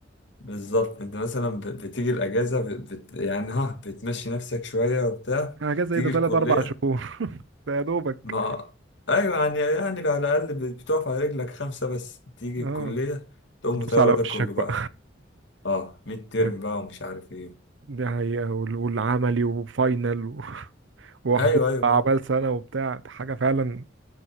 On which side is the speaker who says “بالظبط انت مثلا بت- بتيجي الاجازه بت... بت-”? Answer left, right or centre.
Left